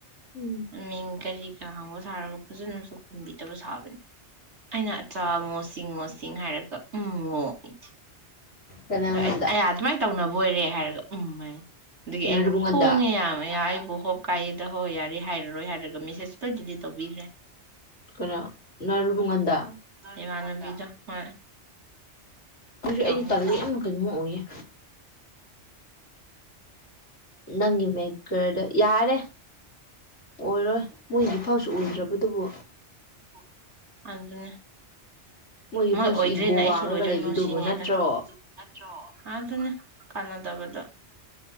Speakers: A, on the left; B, on the right.
A: ꯎꯝ
B: ꯃꯀꯖꯤ ꯄꯩꯁꯥ ꯍꯥꯡꯕ ꯁꯥꯔꯒ ꯐꯖꯅꯁꯨ ꯈꯟꯕꯤꯗꯕ ꯁꯥꯕꯅꯤ ꯑꯩꯅ ꯑꯆꯥꯉꯣ ꯁꯤꯡꯉꯣꯁꯤꯡ ꯍꯥꯏꯔꯒ ꯎꯝ ꯉꯣ ꯏꯦ
A: ꯀꯅꯥꯉꯣꯟꯗ
B: ꯑꯗꯣ ꯑꯌꯥ ꯑꯗꯨꯃꯥꯏꯅ ꯇꯧꯅꯕ ꯑꯣꯏꯔꯦ ꯍꯥꯏꯔꯦ ꯎꯝꯥꯏ ꯑꯗꯨꯗꯒꯤ
A: ꯅꯔꯨꯕꯉꯣꯟꯗ
B: ꯑꯩꯅ ꯄꯣꯡꯉꯦ ꯌꯥꯝ ꯌꯥ ꯕꯨꯣ ꯍꯞ ꯀꯥꯏꯦꯗ ꯍꯣꯏ ꯌꯥꯔꯦ ꯍꯥꯏꯔꯔꯣꯏ ꯍꯥꯏꯔꯒ ꯃꯦꯁꯦꯁ ꯂꯣꯏ ꯗꯤꯗꯤ ꯇꯧꯕꯤꯈ꯭ꯔꯦ
A: ꯀꯩꯅꯣ ꯅꯔꯕꯨꯡꯒꯟꯗ
B: ꯏꯃꯥꯟꯅꯕꯤꯗ ꯍꯣꯏ
A: ꯑꯗꯨꯁꯨ
B: ꯀꯌꯥ
A: ꯑꯩꯗꯤ
B: ꯅꯁꯥ
A: ꯇꯜꯂꯦ ꯌꯥꯝꯅ ꯀꯩꯅꯣꯝꯃ ꯑꯣꯏꯌꯦ ꯅꯪꯒꯤ ꯃꯦꯀꯔꯗ ꯌꯥꯔꯦ ꯑꯣꯏꯔꯣꯏ ꯃꯣꯏꯗꯤꯐꯥꯎꯁꯨ ꯎꯗ꯭ꯔꯕꯗꯨꯕꯨ
B: ꯑꯗꯨ ꯑꯗꯨꯅꯦ
A: ꯃꯣꯏꯒꯤ
B: ꯃꯣꯏ
A: ꯐꯥꯎꯁꯨ
B: ꯑꯣꯏꯗ꯭ꯔꯦꯅꯦ
A: ꯏꯒꯣ
B: ꯑꯩꯁꯨ
A: ꯋꯥꯡꯔꯒ
B: ꯑꯣꯏꯗꯔꯅꯨ
A: ꯂꯩꯕꯗꯨꯕꯨ
B: ꯁꯤꯅꯦꯗ
A: ꯅꯠꯇ꯭ꯔꯣ
B: ꯍꯕꯗꯨꯕꯨ ꯅꯠꯇ꯭ꯔꯣ ꯑꯗꯨꯅꯦ ꯀꯥꯟꯅꯗꯕꯗꯣ